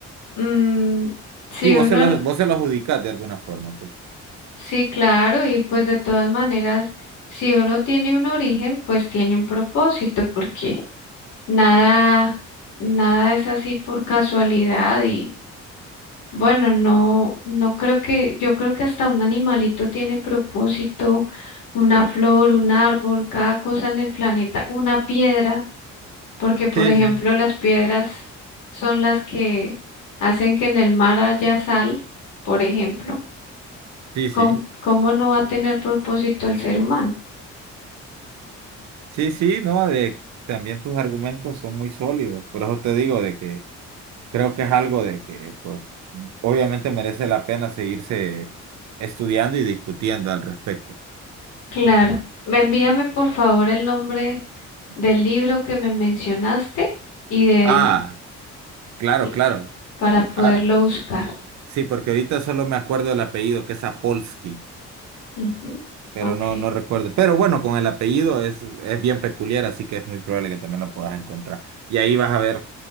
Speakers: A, on the left (about 80°); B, on the right (about 65°).
A: Mm, si
B: Sí, vos
A: uno,
B: se lo,
A: no-
B: vos se lo adjudicás de alguna forma, pues.
A: sí, claro, y pues de todas maneras, si uno tiene un origen, pues tiene un propósito, porque nada, nada es así por casualidad y bueno, no, no creo que, yo creo que hasta un animalito tiene propósito, una flor, un árbol, cada cosa en el planeta, una piedra. porque por
B: Sí,
A: ejemplo
B: sí,
A: las piedras son las que hacen que en el mar haya sal, por ejemplo.
B: sí,
A: ¿Cómo,
B: sí,
A: cómo no va a tener propósito el ser humano?
B: sí, sí, no, de, también tus argumentos son muy sólidos, por eso te digo de que creo que es algo de que, pues, obviamente merece la pena seguirse estudiando y discutiendo al respecto.
A: Claro. Me Envíame por favor el nombre del libro que me mencionaste y del
B: Ah, claro,
A: y-
B: claro.
A: y- para poderlo
B: Ah,
A: buscar.
B: sí, porque ahorita solo me acuerdo del apellido, que es Apolsky,
A: Ujú,
B: pero
A: Ok.
B: no, no recuerdo. Pero bueno, con el apellido es, es bien peculiar, así que es muy probable que también lo puedas encontrar. Y ahí vas a ver